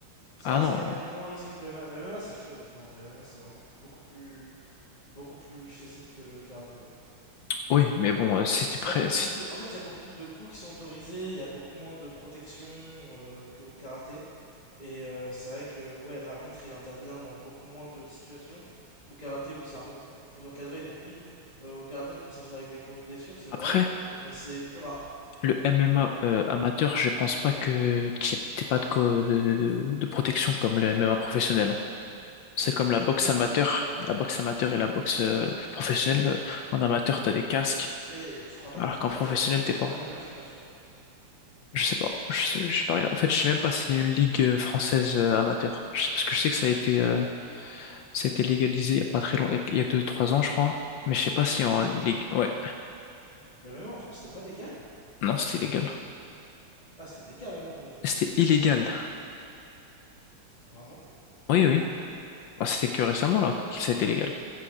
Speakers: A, on the left (about 20°); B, on the left (about 75°).
A: ça
B: Ah
A: reste
B: non,
A: quand même
B: euh,
A: moins risqué que le MMA. Le MMA c'est chaud. Non, le MMA c'est vraiment beaucoup plus beaucoup plus physique que le karaté, ouais.
B: oui, mais bon, euh, si t'es prêt...
A: Il y a beaucoup
B: si-
A: plus de... En fait, il y a beaucoup plus de coups qui sont autorisés, il y a beaucoup moins de protection euh, qu'au karaté. Et euh, c'est vrai que ouais, l'arbitre, il intervient dans beaucoup moins de situations qu'au karaté où c'est un peu plus encadré. Donc oui, euh, au karaté, tu peux sortir avec des grosses blessures, c'est
B: Après,
A: vrai, mais c'est plus rare.
B: le MMA euh, amateur, je pense pas que t'y- t'aies pas de, co- de, de- de protection comme le MMA professionnel. hein. C'est comme la boxe
A: Non,
B: amateur,
A: je pense pas, mais...
B: la boxe amateur et la boxe euh, professionnelle. euh, En amateur, t'as des casques,
A: Mais je crois pas
B: alors
A: que t'aies de
B: qu'en
A: casque,
B: professionnel,
A: quoi Non,
B: t'es
A: en
B: pas.
A: MMA, je suis pas sûr.
B: Je sais pas. Je sais, je sais pas. En fait, je sais même pas s'il y a une ligue euh, française euh, amateur. Je sais, parce que je sais que ça a été, euh, ça a été légalisé il y a pas très longtemps, il y a deux, trois ans, je crois. Mais je sais pas
A: Le
B: s'il
A: MMA
B: y a en ligue. Ouais.
A: Le MMA en France, c'était pas légal
B: Non, c'était illégal.
A: Ah, c'était légal avant, ouais, je me
B: C'était
A: disais.
B: illégal.
A: Vraiment
B: Oui, oui. Bah, c'était que récemment là que ça a été légal.